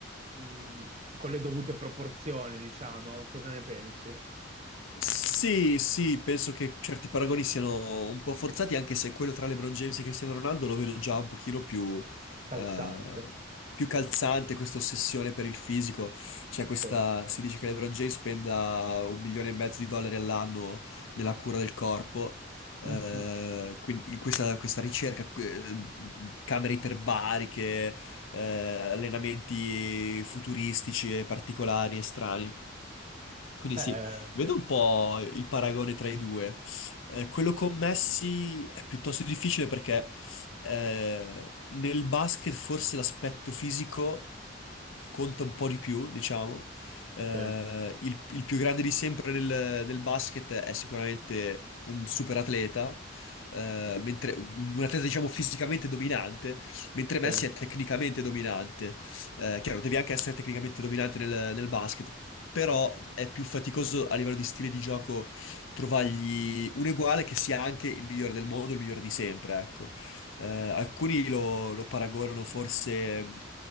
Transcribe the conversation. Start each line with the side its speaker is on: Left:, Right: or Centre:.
Right: mh, con le dovute proporzioni, diciamo. Cosa ne pensi?
Left: Sì, sì, penso che certi paragoni siano un po' forzati, anche se quello tra LeBron James e Cristiano Ronaldo lo vedo già un pochino più,
Right: Calzante,
Left: eh, più calzante, questa ossessione per il fisico. Cioè questa,
Right: sì.
Left: si dice che LeBron James spenda un milione e mezzo di dollari all'anno nella cura del corpo, eh,
Right: <laughs>
Left: quindi questa, questa ricerca, eh, camere iperbariche, eh, allenamenti futuristici e particolari e strani. Quindi
Right: Eh,
Left: sì,
Right: sì,
Left: vedo un po' il paragone tra i due. Eh, quello con Messi è piuttosto difficile perché eh, nel basket forse l'aspetto fisico conta un po' di più, diciamo. Eh,
Right: sì,
Left: il, il più grande di sempre nel, nel basket è sicuramente un super atleta, eh, mentre un, un atleta diciamo fisicamente dominante, mentre Messi
Right: sì,
Left: è tecnicamente dominante. Eh, chiaro, devi anche essere tecnicamente dominante nel, nel basket, però è più faticoso a livello di stile di gioco trovargli un uguale che sia anche il migliore del mondo, il migliore di sempre, ecco. Eh, alcuni lo, lo paragonano forse mm,